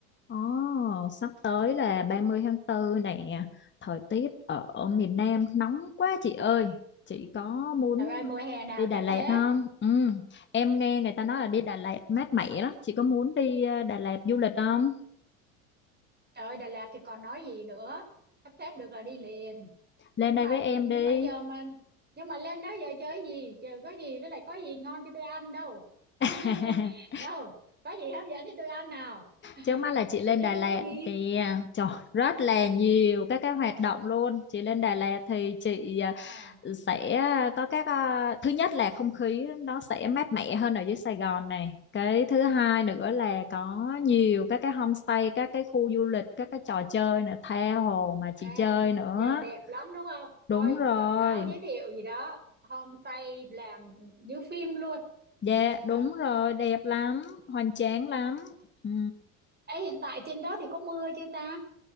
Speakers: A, on the left; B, on the right.
A: Ồ, sắp tới là 30 tháng tư nè, thời tiết ở miền Nam nóng quá chị ơi. Chị có muốn
B: Trời ơi mùa hè nào
A: đi Đà
B: chả
A: Lạt
B: thế
A: không? Ừ, em nghe người ta nói
B: Mộ-
A: là đi Đà Lạt mát mẻ lắm. Chị có muốn đi ờ, Đà Lạt du lịch không?
B: Trời ơi Đà Lạt thì còn nói gì nữa Sắp xếp được là đi liền
A: Lên
B: Nhưng
A: đây
B: mà
A: với em
B: nhưng
A: đi.
B: mà giờ mà Nhưng mà lên đó giờ chơi gì Chờ có gì với lại có gì ngon cho tôi ăn đâu
A: <laughs>
B: <laughs> Đâu Có gì hấp dẫn cho tôi ăn nào <laughs>
A: Trước mắt là chị lên
B: Rồi đi
A: Đà
B: chơi
A: Lạt
B: gì
A: thì à, trời rất là nhiều các cái hoạt động luôn. Chị lên Đà Lạt thì chị à,
B: À
A: sẽ có các à, thứ nhất là không khí nó sẽ mát mẻ hơn ở dưới Sài Gòn này. Cái thứ hai nữa là có nhiều các cái homestay, các cái khu du lịch, các cái trò chơi nữa, tha hồ mà
B: ê,
A: chị chơi nữa.
B: Giờ đẹp lắm đúng không
A: Đúng
B: Coi
A: rồi.
B: quảng cáo giới thiệu gì đó Homestay làm như phim luôn
A: Dạ, đúng
B: à,
A: rồi, đẹp lắm, hoành tráng lắm. Ừ.
B: Ê hiện tại trên đó thì có mưa chưa ta